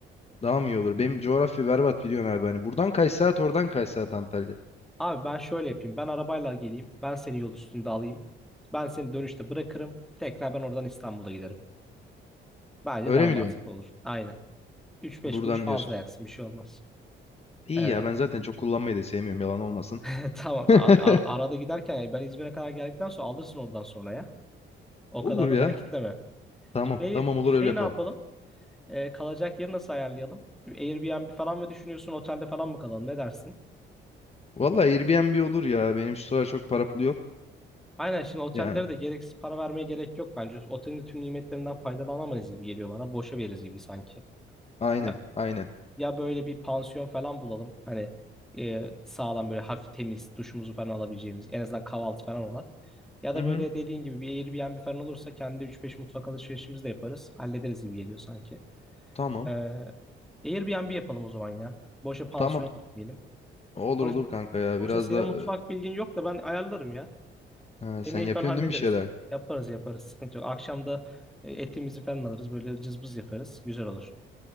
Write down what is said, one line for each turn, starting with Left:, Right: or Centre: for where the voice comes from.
Left: daha mı iyi olur? Benim coğrafya berbat biliyorsun abi. Hani buradan kaç saat oradan kaç saat Antalya.
Centre: Abi ben şöyle yapayım. Ben arabayla geleyim. Ben seni yol üstünde alayım. Ben seni dönüşte bırakırım. Tekrar ben oradan İstanbul'a giderim. Bence
Left: Öyle
Centre: daha
Left: mi
Centre: mantıklı
Left: diyorsun?
Centre: olur. Aynen. 3-5
Left: Buradan
Centre: kuruş fazla
Left: diyorsun.
Centre: yaksın. Bir şey olmaz.
Left: İyi
Centre: Ee,
Left: ya ben zaten çok kullanmayı da sevmiyorum yalan olmasın.
Centre: <laughs> tamam
Left: <laughs>
Centre: abi ar- arada giderken yani ben İzmir'e kadar geldikten sonra alırsın oradan sonra ya. O
Left: Olur
Centre: kadar da
Left: ya.
Centre: bana kitleme.
Left: Tamam
Centre: Şeyi,
Left: tamam olur
Centre: şeyi
Left: öyle yapalım.
Centre: ne yapalım? Ee, kalacak yeri nasıl ayarlayalım? Airbnb falan mı düşünüyorsun? Otelde falan mı kalalım? Ne dersin?
Left: Vallahi Airbnb olur ya. Benim şu sıralar çok para pulu yok.
Centre: Aynen şimdi otellere
Left: Yani
Centre: de gereksiz para vermeye gerek yok bence. Otelin tüm nimetlerinden faydalanamayız gibi geliyor bana. Boşa veririz gibi sanki.
Left: aynen
Centre: Ya,
Left: aynen.
Centre: ya böyle bir pansiyon falan bulalım. Hani e, sağlam böyle hafif temiz duşumuzu falan alabileceğimiz en azından kahvaltı falan olan. Ya da
Left: Hı hı,
Centre: böyle dediğin gibi bir Airbnb falan olursa kendi üç beş mutfak alışverişimizi de yaparız. Hallederiz gibi geliyor sanki.
Left: tamam
Centre: Ee, Airbnb yapalım o zaman ya. Boşa pansiyona
Left: tamam.
Centre: gitmeyelim.
Left: Olur
Centre: Sonuçta,
Left: olur kanka ya.
Centre: sonuçta
Left: Biraz
Centre: senin
Left: da
Centre: mutfak bilgin yok da ben ayarlarım ya.
Left: e, ha,
Centre: Yemeği
Left: sen yapıyorsun
Centre: falan hallederiz.
Left: değil mi bir şeyler?
Centre: Yaparız yaparız sıkıntı yok. Akşam da e, etimizi falan alırız böyle cızbız yaparız. Güzel olur.